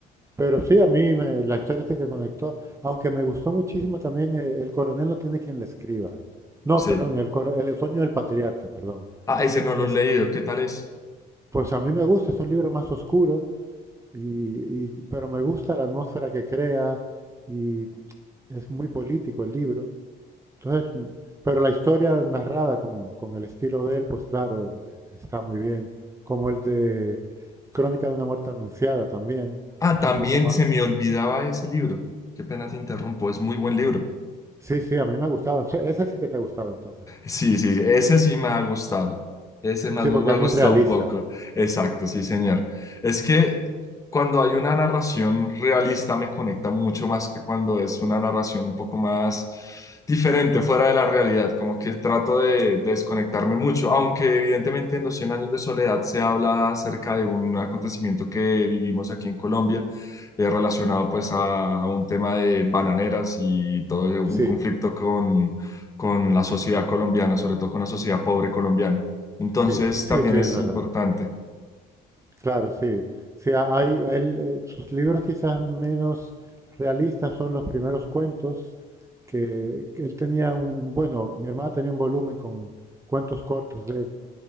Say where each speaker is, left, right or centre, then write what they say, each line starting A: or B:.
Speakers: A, on the right; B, on the left.
A: Pero sí, a mí me- la historia sí que conectó, aunque me gustó muchísimo también eh, El coronel no tiene quien le escriba. No,
B: Sí.
A: perdón, el, coro- el otoño del patriarca, perdón.
B: Ah, ese no lo
A: Es,
B: he leído. ¿Qué tal es?
A: Pues a mí me gusta, es un libro más oscuro, y, y- pero me gusta la atmósfera que crea y es muy político el libro. Entonces, mm, pero la historia narrada con, con el estilo de él, pues claro, eh, está muy bien. Como el de Crónica de una muerte anunciada también,
B: Ah,
A: es
B: también
A: un poco más.
B: se me olvidaba ese libro. Qué pena te interrumpo. Es muy buen libro.
A: Sí, sí, a mí me ha gustado. Ese ese sí que te ha gustado entonces.
B: Sí, sí, sí, ese sí me ha gustado. Ese más
A: Sí,
B: me
A: porque
B: me ha
A: es muy
B: gustado
A: realista.
B: un poco. Exacto, sí, señor. Es que cuando hay una narración realista me conecta mucho más que cuando es una narración un poco más diferente, fuera de la realidad. Como que trato de, desconectarme mucho, aunque evidentemente en Los 100 años de soledad se habla acerca de un acontecimiento que vivimos aquí en Colombia. eh, relacionado pues a, a un tema de bananeras y todo un
A: Sí,
B: conflicto con la sociedad colombiana, sobre todo con la sociedad pobre colombiana. Entonces,
A: sí, sí, sí,
B: también
A: sí, es
B: es
A: verdad.
B: importante.
A: Claro, sí. Sí, a- hay, a él, eh, sus libros quizás menos realistas son los primeros cuentos que, que él tenía un, bueno, mi hermana tenía un volumen con cuentos cortos de él,